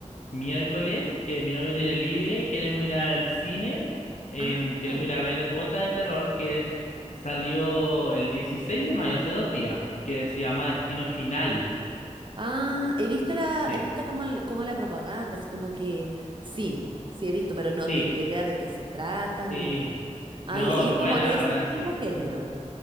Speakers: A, on the left; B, on the right.
A: miércoles que mi novio tiene libre, queremos ir al cine, em,
B: Ah,
A: queremos
B: ya.
A: ir a ver otra de terror que salió el 16 de mayo, hace dos días, que se llama Destino Final.
B: Ah, he visto la,
A: Sí,
B: he visto como, el- como la propaganda, así como que sí, sí he visto, pero no
A: sí,
B: tengo idea de qué se trata ni.
A: sí.
B: Ah,
A: No,
B: ya, y es
A: es
B: como
A: buena,
B: de ese
A: ahora
B: mismo
A: sí.
B: género.